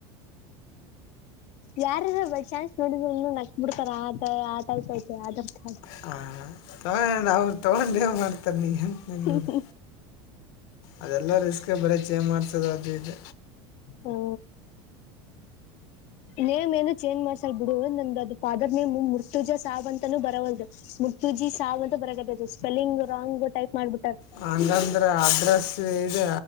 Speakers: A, on the left (about 55°); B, on the left (about 70°).
A: ಯಾರಾರ ಬೈ ಚಾನ್ಸ್ ನೋಡಿದ್ರ ನಕ್ಕ್ ಬಿಡ್ತಾರ ಆತ ಆ ಐತಿ ಐತೆ ಅಧಾರ್ ಕಾರ್ಡ್
B: ಹಾ ತಗೊಂಡ ಅವ್ರು ತಗೊಂಡೇ ಮಾಡ್ತಾರೆ ನೀ ಅಂತ ನಿನ್ನದು
A: ಹು. ಹ್ಮು
B: ಅದೆಲ್ಲ ರಿಸ್ಕ್ ಬರೇ ಚೇಂಜ್ ಮಾಡ್ಸೋದ್ ಅದ್ ಇದ್.
A: ಹ್ಮು ನೇಮ್ ಏನು ಚೇಂಜ್ ಮಾಡಸಲ್ಲ್ ಬಿಡು ನಂದ ಅದು ಫಾದರ್ ನೇಮ್ ಮುರ್ತುಜ ಸಾಬ್ ಅಂತಾನೂ ಬರವಾಲ್ದ. ಮುಟ್ಟುಜಿ ಸಾವಂತ ಬರಾಕತ್ತಾತಿ ಸ್ಪೆಲ್ಲಿಂಗ್ ರಾಂಗ್ ಟೈಪ್ ಮಾಡ್ಬ
B: ಹಾಂಗ್ ಅಂದ್ ಅಂದ್ರ ಅಡ್ರೆಸ್ ಇದ್